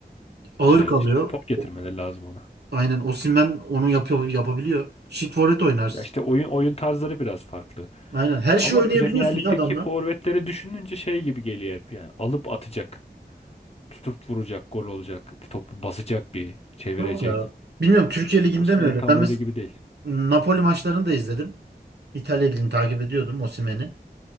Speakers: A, on the right; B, on the left.
A: Ağır
B: Ee,
A: kalıyor.
B: işte top getirmeleri
A: O-
B: lazım ona.
A: Aynen Osimhen onu yapıyor yapabiliyor. Çift forvet oynarsın.
B: Ya işte oyun oyun tarzları biraz farklı.
A: Aynen her
B: Ama
A: şeyi oynayabiliyorsun
B: Premier Lig'deki
A: ya adamlar.
B: forvetleri düşününce şey gibi geliyor hep yani. Alıp atacak, tutup vuracak, gol olacak, topu basacak bir, çevirecek.
A: Yok ya. Bilmiyorum Türkiye Ligi'nde
B: Osimhen
A: mi öyle?
B: tam
A: Ben mesela
B: öyle gibi değil.
A: Napoli maçlarını da izledim. İtalya Ligi'ni takip ediyordum Osimhen'i.